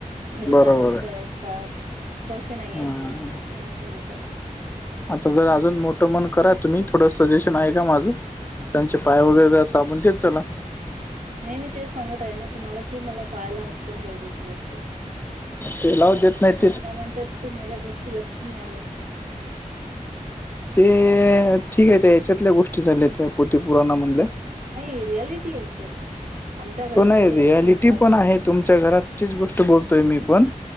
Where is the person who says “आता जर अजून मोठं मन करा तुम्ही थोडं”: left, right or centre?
Left